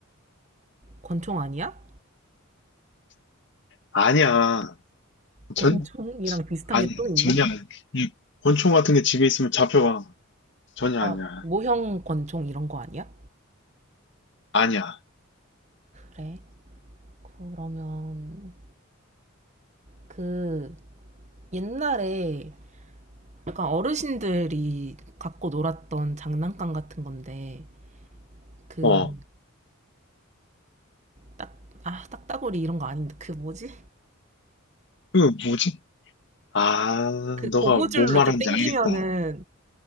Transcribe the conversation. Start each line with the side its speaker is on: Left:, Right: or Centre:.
Right: 권총 아니야?
Left: 아니야. 전,
Right: 권총이랑 비슷한
Left: 아니야.
Right: 게 또 있나?
Left: 전혀 아니야. 이 권총 같은 게 집에 있으면 잡혀가. 전혀
Right: 아,
Left: 아니야.
Right: 모형 권총 이런 거 아니야?
Left: 아니야.
Right: 그래. 그러면 그 옛날에 약간 어르신들이 갖고 놀았던 장난감 같은 건데 그
Left: 어.
Right: 음. 딱, 아, 딱따구리 이런 거 아닌데 그 뭐지?
Left: 그 뭐지? 아,
Right: 그
Left: 너가
Right: 고무줄로
Left: 뭔
Right: 이렇게
Left: 말하는지
Right: 당기면은
Left: 알겠다.